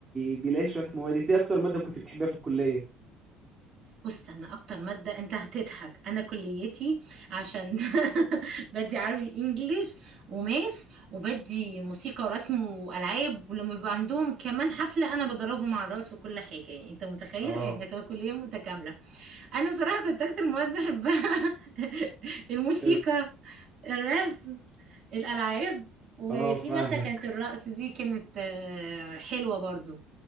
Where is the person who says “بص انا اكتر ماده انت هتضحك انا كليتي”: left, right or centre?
Right